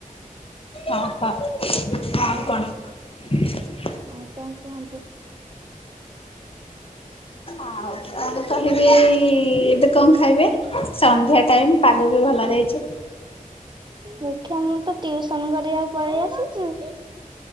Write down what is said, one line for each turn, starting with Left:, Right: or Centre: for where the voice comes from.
Left: ଓହୋ ଆଉ କଣ? <unintelligible>
Right: ଆଉ କଣ କୁହନ୍ତୁ?
Left: ଆଉ। ତ କହିବି ଏବେ କଣ ଖାଇବେ ସନ୍ଧ୍ୟା ଟାଇମ୍ ପାଗ ବି ଭଲ ଯାଇଛି।
Right: ଦେଖିଆ ମୁଁ ତ ଟିଉସନ କରିବାକୁ ପଳେଇ ଆସିଛି।